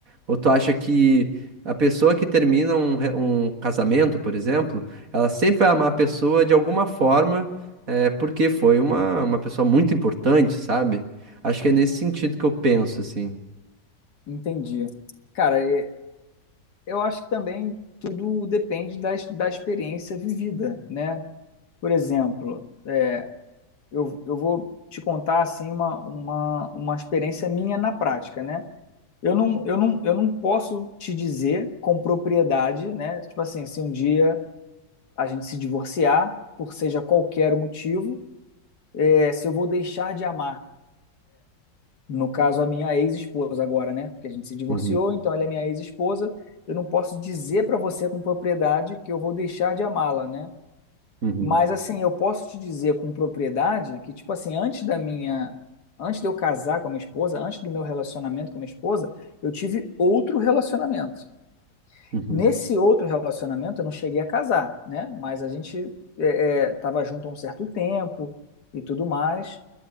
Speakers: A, on the right; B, on the left.
A: Ou tu acha que a pessoa que termina um, re- um casamento, por exemplo, ela sempre vai amar a pessoa de alguma forma? É porque foi uma, uma pessoa muito importante, sabe? Acho que é nesse sentido que eu penso, assim.
B: Entendi. Cara, é- eu acho que também tudo depende da, ex- da experiência vivida, né? Por exemplo, é, eu, eu vou te contar assim uma, uma, uma experiência minha na prática, né? Eu não, eu não, eu não posso te dizer com propriedade, né? Tipo assim, se um dia a gente se divorciar, por seja qualquer o motivo, é, se eu vou deixar de amar No caso, a minha ex-esposa agora, né? Porque a gente se divorciou,
A: Uhum,
B: então ela é minha ex-esposa. Eu não posso dizer para você com propriedade que eu vou deixar de amá-la, né?
A: uhum,
B: Mas assim, eu posso te dizer com propriedade que, tipo assim, antes da minha, antes de eu casar com a minha esposa, antes do meu relacionamento com a minha esposa, eu tive outro relacionamento.
A: uhum,
B: Nesse outro relacionamento, eu não cheguei a casar, né? Mas a gente estava junto há um certo tempo e tudo mais.